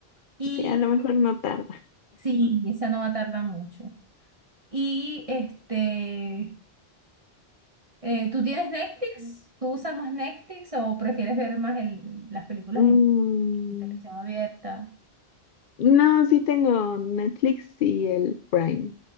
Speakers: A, on the right; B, on the left.
A: Y
B: Sí, a lo mejor no tarda.
A: sí, esa no va a tardar mucho. Y este, eh, ¿tú tienes Netflix? ¿Tú usas más Netflix o prefieres ver más el- las películas
B: Mm,
A: en en televisión abierta.
B: no, sí tengo Netflix y el Prime.